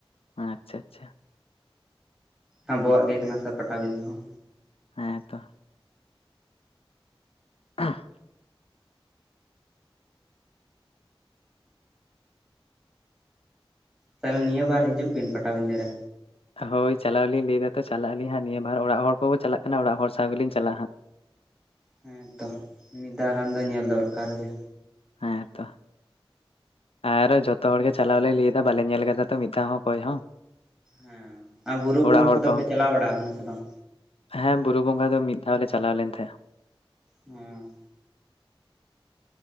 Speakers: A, on the left (about 80°); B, in the centre.
A: ᱟᱪᱪᱷᱟ ᱟᱪᱪᱷᱟ᱾
B: ᱟᱵᱚᱣᱟᱜ ᱜᱮ ᱠᱟᱱᱟ ᱥᱮ ᱯᱟᱴᱟ ᱵᱤᱸᱫᱟᱹ ᱦᱚᱸ᱾
A: ᱦᱮᱸ ᱛᱚ᱾ <unintelligible>
B: ᱛᱟᱦᱞᱮ ᱱᱤᱭᱟᱹ ᱵᱟᱨ ᱦᱤᱡᱩᱜ ᱵᱤᱱ ᱯᱟᱴᱟ ᱵᱤᱸᱫᱟᱹ ᱨᱮ᱾
A: ᱦᱳᱭ ᱪᱟᱞᱟᱣ ᱞᱤᱧ ᱞᱟᱹᱭ ᱫᱟ ᱛᱚ ᱪᱟᱞᱟᱜ ᱟᱹᱞᱤᱧ ᱦᱟᱸᱜ ᱱᱤᱭᱟᱹ ᱵᱟᱨ ᱚᱲᱟᱜ ᱦᱚᱲ ᱠᱚᱠᱚ ᱪᱟᱞᱟᱜ ᱠᱟᱱᱟ ᱚᱲᱟᱜ ᱦᱚᱲ ᱥᱟᱶ ᱜᱮᱞᱤᱧ ᱪᱟᱞᱟᱜ-ᱟ ᱦᱟᱸᱜ᱾
B: ᱦᱮᱸ ᱛᱚ ᱢᱤᱫ ᱫᱷᱟᱣ ᱜᱟᱱ ᱫᱚ ᱧᱮᱞ ᱫᱚᱨᱠᱟᱨ ᱜᱮ᱾
A: ᱦᱮᱸ ᱛᱚ᱾ ᱟᱨ ᱡᱚᱛᱚ ᱦᱚᱲ ᱜᱮ ᱪᱟᱞᱟᱣ ᱞᱮ ᱞᱟᱹᱭᱫᱟ ᱵᱟᱞᱮ ᱧᱮᱞ ᱠᱟᱫᱟ ᱛᱚ ᱢᱤᱫ ᱫᱷᱟᱣ ᱦᱚᱸ ᱚᱠᱚᱭ ᱦᱚᱸ
B: ᱦᱮᱸ ᱟᱨ ᱵᱩᱨᱩ
A: ᱚᱲᱟᱜ
B: ᱵᱚᱸᱜᱟ
A: ᱦᱚᱲ
B: ᱠᱚᱫᱚ
A: ᱠᱚᱦᱚᱸ
B: ᱯᱮ ᱪᱟᱞᱟᱣ ᱵᱟᱲᱟ ᱠᱟᱱᱟ ᱥᱮ ᱵᱟᱝ
A: ᱦᱮᱸ ᱵᱩᱨᱩ ᱵᱚᱸᱜᱟ ᱫᱚ ᱢᱤᱫ ᱫᱷᱟᱣ ᱞᱮ ᱪᱟᱞᱟᱣ ᱞᱮᱱ ᱛᱟᱦᱮᱸᱫ-ᱟ
B: ᱦᱚᱸ